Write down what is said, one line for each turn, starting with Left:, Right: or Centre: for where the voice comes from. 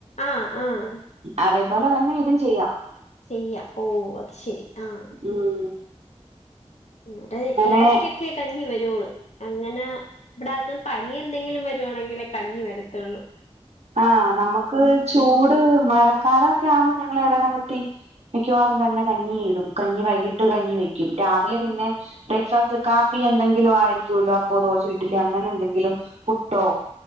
Left: ആഹ് ആഹ്
Right: അതേപോലെ തന്നെ ഇതും ചെയ്യാം
Left: ചെയ്യാം ഓ അത് ശെരി ആഹ്
Right: ഉം
Left: ഇവിടെ
Right: അങ്ങനെ
Left: ഇടക്കൊക്കെ കഞ്ഞി വരോള്ളു അങ്ങനെ ഇബടെ ആർക്കും പനി എന്തെങ്കിലും വരുയാണെങ്കിലെ കഞ്ഞി വരാത്തൊള്ളൂ
Right: ആഹ് നമുക്ക് ചൂട് മഴക്കാലോക്കെ ആവുമ്പോൾ ഞങ്ങൾ ഇവിടെ തീ മിക്കവാറും തന്നെ കഞ്ഞി ഇടും കഞ്ഞി വൈകിട്ടും കഞ്ഞി വെക്കും രാവിലെ പിന്നെ ബ്രേക്ക്ഫാസ്റ്റ് കാപ്പി എന്തെങ്കിലും ആയിരിക്കുല്ലോ അപ്പോ ദോശ ഇഡലി അങ്ങനെ എന്തെങ്കിലും പുട്ടോ